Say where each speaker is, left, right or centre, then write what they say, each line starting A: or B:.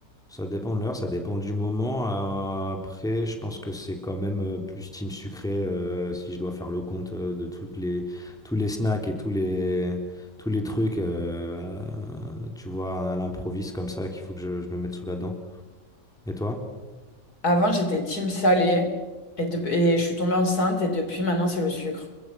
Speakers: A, in the centre; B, on the left.
A: Ça dépend de l'heure, ça dépend du moment. Euh, après, je pense que c'est quand même euh, plus team sucré euh, si je dois faire le compte euh, de toutes les, tous les snacks et tous les, tous les trucs, euh, tu vois, à l'improviste comme ça qu'il faut que je, je me mette sous la dent. Et toi?
B: Avant, j'étais team salé et, de- et je suis tombée enceinte et depuis maintenant, c'est le sucre.